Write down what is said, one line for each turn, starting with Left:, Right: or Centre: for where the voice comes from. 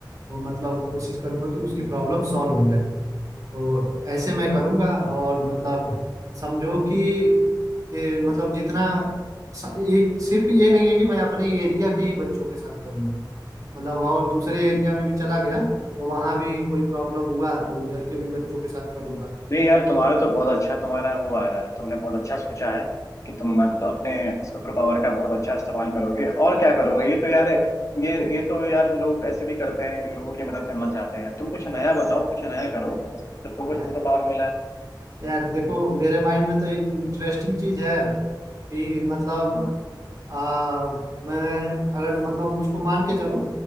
Right: तो मतलब कोशिश करूंगा कि उसकी प्रॉब्लम सॉल्व हो जाए तो ऐसे मैं करूंगा और मतलब समझो कि ये, मतलब जितना स- एक सिर्फ ये नहीं है कि मैं अपने एरिया के ही बच्चों के साथ करूंगा मतलब और दूसरे एरिया में भी चला गया तो वहां भी कोई प्रॉब्लम हुआ तो उधर के भी बच्चों के साथ करूंगा
Left: नहीं यार तुम्हारा तो बहुत अच्छा तुम्हारा हुआ है तुमने बहुत अच्छा सोचा है कि तुम मतलब अपने सुपर पावर का बहुत अच्छा इस्तेमाल करोगे और क्या करोगे ये तो यार ये ये तो यार लोग ऐसे भी करते हैं कि लोगों की मदद करना चाहते हैं तुम कुछ नया बताओ कुछ नया करो जब तुमको
Right: यार
Left: सुपर पावर मिला है,
Right: यार देखो मेरे माइंड में तो इंटरेस्टिंग चीज है कि मतलब
Left: तो। हाँ
Right: आ, मैं अगर मतलब मुझको मान के चलो